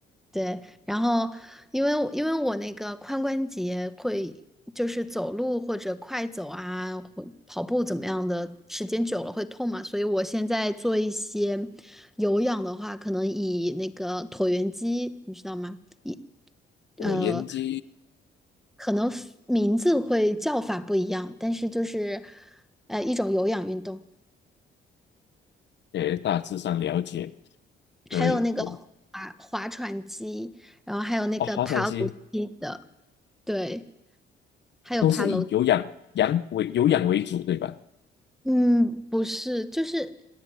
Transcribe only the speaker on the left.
我研究，
也大致上了解，所以我
哦，划船机
都是以有氧氧为有氧为主，对吧？